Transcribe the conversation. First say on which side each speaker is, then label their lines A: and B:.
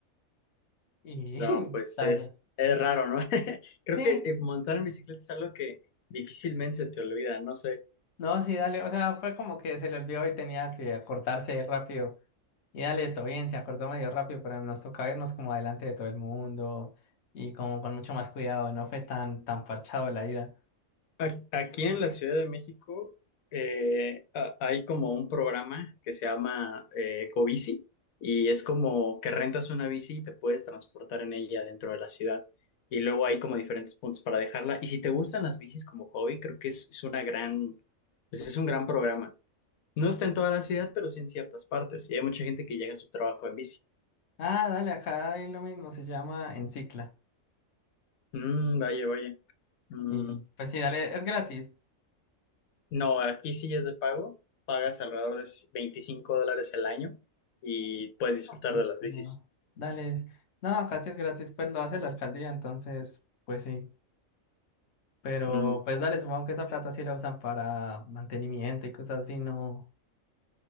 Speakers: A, on the left (about 55°); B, on the left (about 85°).
A: Y
B: No,
A: <laughs>
B: pues es,
A: dale.
B: es raro, ¿no? <laughs> Creo
A: Sí,
B: que eh, montar en bicicleta es algo que difícilmente se te olvida, no sé.
A: No, sí, dale. O sea, fue como que se le olvidó y tenía que acordarse rápido. Y dale, todo bien, se acordó medio rápido, pero nos tocaba irnos como adelante de todo el mundo y como con mucho más cuidado. No fue tan, tan parchado la ida.
B: A- Aquí en la Ciudad de México eh, a- hay como un programa que se llama eh, Ecobici y es como que rentas una bici y te puedes transportar en ella dentro de la ciudad. Y luego hay como diferentes puntos para dejarla. Y si te gustan las bicis como hobby, creo que es, es una gran, pues es un gran programa. No está en toda la ciudad, pero sí en ciertas partes. Y hay mucha gente que llega a su trabajo en bici.
A: Ah, dale, acá hay lo mismo, se llama Encicla.
B: Mm, vaya, vaya. Mm,
A: Y pues sí, dale, es gratis.
B: no, aquí sí es de pago. Pagas alrededor de 25 dólares el año y puedes disfrutar
A: Sí,
B: de las
A: pero
B: bicis.
A: dale. No, acá sí es gratis, pues lo hace la alcaldía, entonces, pues sí. Pero
B: Mm,
A: pues dale, supongo que esa plata sí la usan para mantenimiento y cosas así, no,